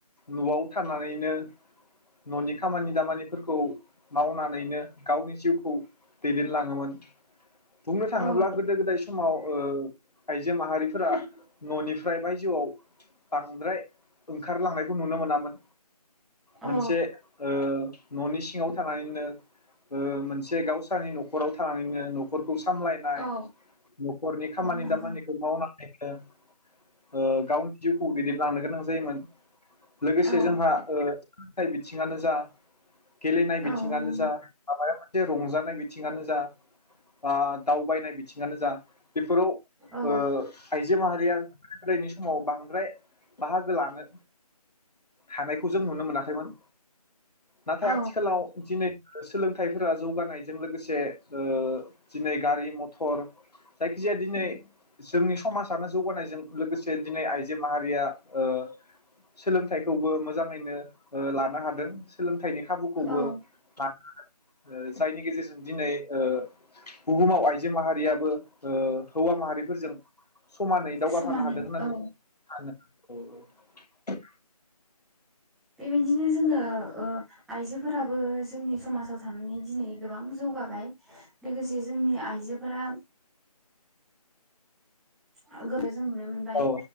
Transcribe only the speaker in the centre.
औ
औ
औ
नंगौ
औ
औ नंगौ
औ
औ
औ
समानै
औ
बेबायदिनो जोङो आइजोफोराबो जोंनि समाजाव थानानै दिनै गोबां जौगाबाय। लोगोसे जोंनि आइजोफोरा <unintelligible> जों नुनो मोनबाय